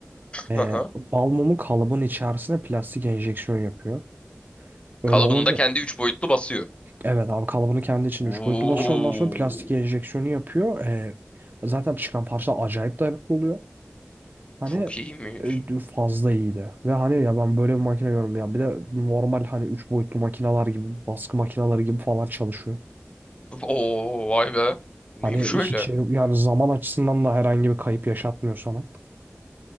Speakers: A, on the right (about 45°); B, on the left (about 25°).
A: E,
B: Aha.
A: bal mumu kalıbın içerisine plastik enjeksiyon yapıyor. Öyle
B: Kalıbında
A: olunca
B: kendi 3 boyutlu basıyor.
A: evet abi kalıbını kendi içinde
B: Oo,
A: 3 boyutlu basıyor. Ondan sonra plastik enjeksiyonu yapıyor. E, zaten çıkan parça acayip dayanıklı oluyor. Hani
B: çok iyiymiş.
A: e, fazla iyiydi. Ve hani ya ben böyle bir makine görmedim ya. Bir de normal hani 3 boyutlu makineler gibi baskı makineleri gibi falan çalışıyor.
B: Oo, vay be. Neymiş
A: Hani hiç
B: öyle?
A: e, yani zaman açısından da herhangi bir kayıp yaşatmıyor sana.